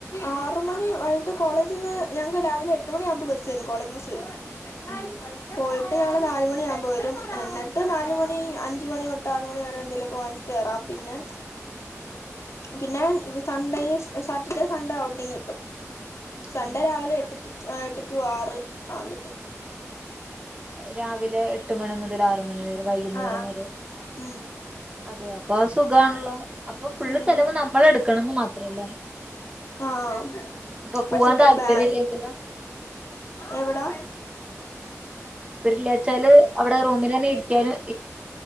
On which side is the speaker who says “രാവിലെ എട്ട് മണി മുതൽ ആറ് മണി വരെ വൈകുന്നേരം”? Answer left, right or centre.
Right